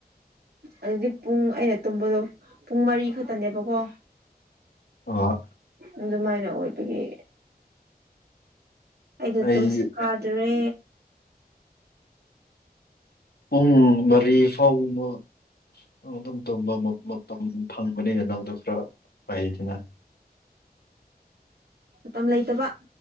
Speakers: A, on the right (about 75°); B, on the left (about 75°).
A: ꯑꯗꯨꯗꯤ ꯄꯨꯡ ꯑꯩꯅ ꯇꯨꯝꯕꯗꯣ ꯄꯨꯡ ꯃꯔꯤ ꯈꯛꯇꯅꯦꯕꯀꯣ
B: ꯑꯣ
A: ꯑꯗꯨꯃꯥꯏꯅ ꯑꯣꯏꯕꯒꯤ ꯑꯩꯗ
B: ꯑꯩ
A: ꯇꯨꯝꯁꯤ ꯀꯥꯗ꯭ꯔꯦ
B: ꯎꯝ ꯃꯔꯤ ꯐꯧ ꯑꯃ ꯑꯗꯨꯝ ꯇꯝꯕ ꯃꯇꯝ ꯐꯪꯕꯅꯤꯅ ꯅꯪꯗ ꯁꯤꯅ <unintelligible>
A: ꯃꯝ ꯂꯩꯇꯕ